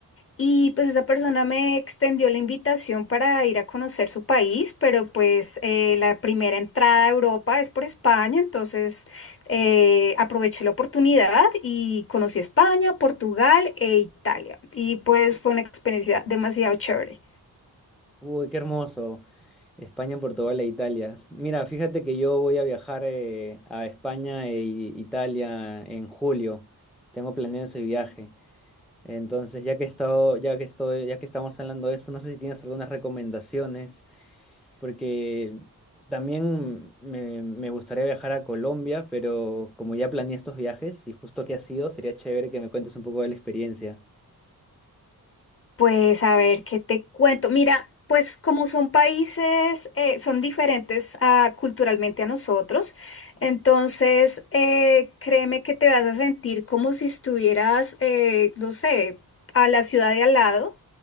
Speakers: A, on the left; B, in the centre.
A: y pues esa persona me extendió la invitación para ir a conocer su país, pero pues eh, la primera entrada a Europa es por España, entonces eh, aproveché la oportunidad y conocí España, Portugal e Italia y pues fue una experiencia demasiado chévere.
B: Uy, qué hermoso. España, Portugal e Italia. Mira, fíjate que yo voy a viajar eh, a España e Italia en julio. Tengo planeado ese viaje. Entonces, ya que he estado- ya que estoy, ya que estamos hablando de eso, no sé si tienes algunas recomendaciones, porque también me, me gustaría viajar a Colombia, pero como ya planeé estos viajes y justo que ha sido, sería chévere que me cuentes un poco de la experiencia.
A: Pues a ver, ¿qué te cuento? Mira, pues como son países, eh, son diferentes ah, culturalmente a nosotros, entonces eh, créeme que te vas a sentir como si estuvieras, eh, no sé, a la ciudad de al lado,